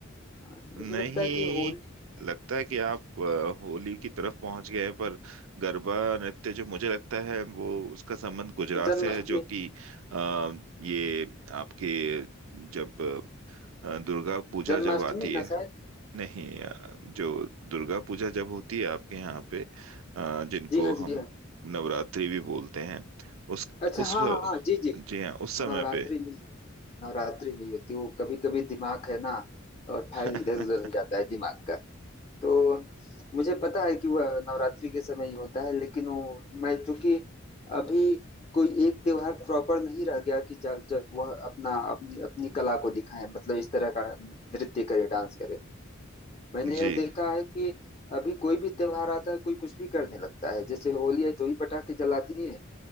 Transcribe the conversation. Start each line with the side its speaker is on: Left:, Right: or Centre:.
Left: हाँ, मुझे
Right: नहीं
Left: लगता है कि होली
Right: लगता है कि आप अ, होली की तरफ पहुंच गए पर गरबा नृत्य जो मुझे लगता है वो उसका संबंध गुजरात
Left: जन्माष्टमी
Right: से है जो कि अ, ये आपके जब अ, दुर्गा पूजा
Left: जन्माष्टमी
Right: जब आती है
Left: ना शायद
Right: नहीं अ, जो दुर्गा पूजा जब होती है आपके यहाँ पे अ, जिनको
Left: जी हाँ
Right: हम
Left: जी हाँ
Right: नवरात्रि भी बोलते हैं उस
Left: अच्छा
Right: उस
Left: हाँ हाँ हाँ जी जी
Right: जी हाँ उस समय
Left: नवरात्रि
Right: पे
Left: नहीं होती नवरात्रि नहीं होती वो कभी कभी दिमाग है ना और
Right: <laughs>
Left: फाइल इधर उधर हो जाता है दिमाग का तो मुझे पता है कि वह नवरात्रि के समय ही होता है लेकिन वो मैं चूंकि अभी कोई एक त्योहार प्रॉपर नहीं रह गया कि जब जब वह अपना अपनी अपनी कला को दिखाए मतलब इस तरह का नृत्य करे डांस करे मैंने
Right: जी
Left: यह देखा है कि अभी कोई भी त्योहार आता है कोई कुछ भी करने लगता है जैसे होली है तो ही पटाखे जलाती है